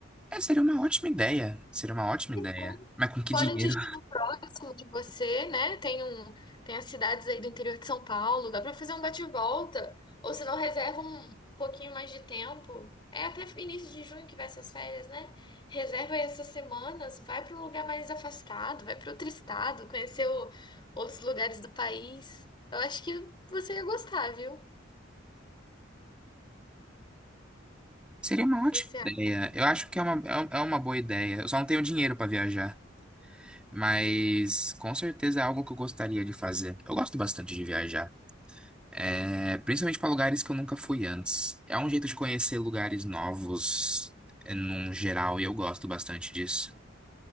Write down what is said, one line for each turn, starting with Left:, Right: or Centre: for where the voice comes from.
Centre: É, seria uma ótima ideia. Seria uma ótima
Left: Então,
Centre: ideia. Mas com que dinheiro?
Left: Escolhe um destino próximo de você, né? Tem um, tem as cidades aí do interior de São Paulo, dá pra fazer um bate-volta. Ou se não, reserva um pouquinho mais de tempo. É até início de junho que vai essas férias, né? Reserva aí essas semanas, vai pra um lugar mais afastado, vai pra outro estado, conhecer o- outros lugares do país. Eu acho que você ia gostar, viu?
Centre: <laughs> Seria uma
Left: O que
Centre: ótima
Left: Você acha?
Centre: ideia. Eu acho que é uma, é um- é uma boa ideia. Eu só não tenho dinheiro para viajar. Mas com certeza é algo que eu gostaria de fazer. Eu gosto bastante de viajar. É, principalmente para lugares que eu nunca fui antes. É um jeito de conhecer lugares novos, é, num geral, e eu gosto bastante disso.